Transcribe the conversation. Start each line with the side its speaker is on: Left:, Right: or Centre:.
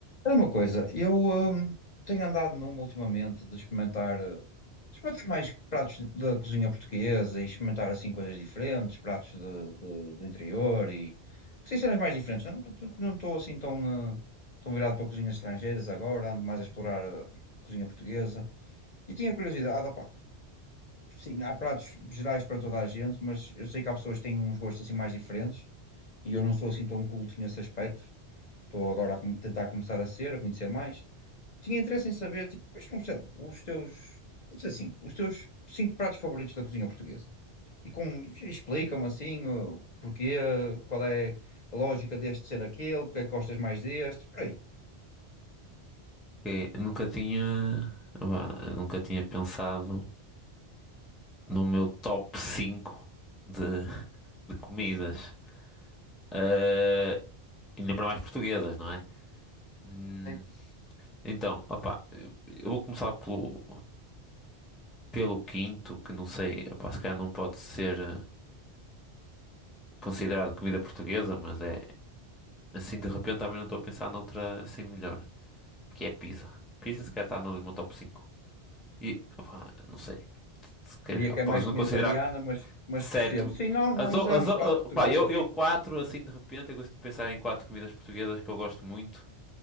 Left: Era uma coisa, eu hum, tenho andado numa ultimamente de experimentar, eh, experimentar mais pratos da cozinha portuguesa e experimentar assim coisas diferentes, pratos de- de- do interior e sim, cenas mais diferentes. Não não estou assim tão, eh, tão virado para cozinhas estrangeiras agora, ando mais a explorar a cozinha portuguesa. E tinha curiosidade, opá, sim, há pratos gerais para toda a gente, mas eu sei que há pessoas que têm uns gostos assim mais diferentes e eu não sou assim tão culto nesse aspecto estou agora a com- tentar começar a ser, a conhecer mais. Tinha interesse em saber, tipo, quais são, sei lá, os teus, vou dizer cinco, os teus cinco pratos favoritos da cozinha portuguesa. E com, explica-me assim, o porquê, qual é a lógica deste ser aquele, porque é que gostas mais deste, por aí.
Centre: Ok, nunca tinha, vá, nunca tinha pensado no meu top 5 de, <laughs> de comidas. Eh, ainda para mais portuguesas, não é? Hum,
Left: Sim.
Centre: então, opá, eu, eu vou começar pelo, pelo quinto, que não sei, opá, se calhar não pode ser eh, considerado comida portuguesa, mas é assim de repente também não estou a pensar noutra assim melhor, que é pizza. Pizza se calhar está no meu top cinco E, opá, não sei, se calhar,
Left: Diria que é
Centre: podes
Left: mais
Centre: não
Left: comida
Centre: considerar
Left: italiana,
Centre: que.
Left: mas, mas
Centre: Certo.
Left: percebo. Sim, não, não,
Centre: As,
Left: mas
Centre: o-
Left: é
Centre: as,
Left: um
Centre: o-
Left: prato que tu
Centre: pá,
Left: gostas,
Centre: eu, eu
Left: sim.
Centre: quatro, assim, de repente, eu gosto de pensar em quatro comidas portuguesas que eu gosto muito.